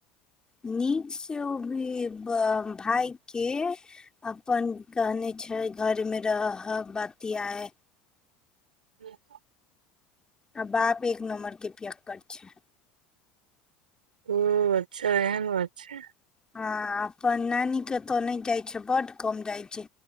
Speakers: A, on the left (about 20°); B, on the right (about 85°).
A: नीकसँ ओ भी भाय के अपन कहने छै घरमे रह बतियाए
B: ह
A: आ बाप एक नमबर के पक्कड़ छै।
B: ओ अच्छा एह ने ब छै।
A: ह अपन नानी के तऽ नहि जाइ छै बड्ड कम जाइ छै